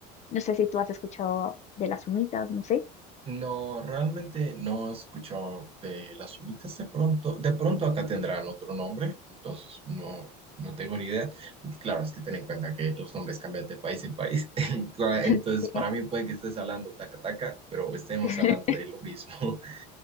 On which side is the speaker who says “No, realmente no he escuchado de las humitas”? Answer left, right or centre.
Right